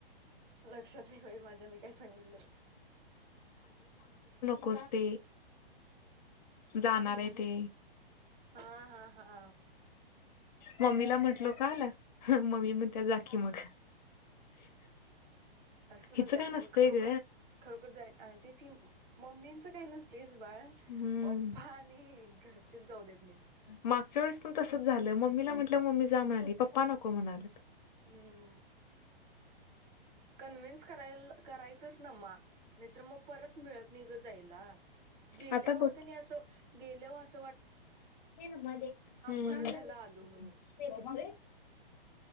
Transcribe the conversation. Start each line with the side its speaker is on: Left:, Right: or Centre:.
Right: लक्षात नाही बाई माझ्या मी काय सांगितलोय.
Left: कस ते जाणार आहे ते.
Right: हा हा हा.
Left: मम्मीला म्हटलो काल, मम्मी
Right: हम्म
Left: म्हणत्या जाकी मग. <inaudible>
Right: असंच म्हणतात
Left: हिचं काय नसतंय
Right: आणि खरोखर
Left: ग
Right: खरोखर जाय ते सी मम्मींच काही नसतय. बाळ
Left: हम्म.
Right: पप्पा आणि घरचेच जाऊ देत नाहीत.
Left: मागच्या वेळेस पण तसंच झालं मम्मीला म्हटलं मम्मी जा म्हणाली पप्पा नको म्हणालेत.
Right: हम्म. कन्व्हिन्स कराय करायचंस ना म नाहीतर मग परत मिळत नाही ग जायला. गेल्यावर
Left: आता बघ
Right: कनी असं गेल्यावर अस
Left: हम्म
Right: बरं झालं आलो
Left: <unintelligible>
Right: म्हणून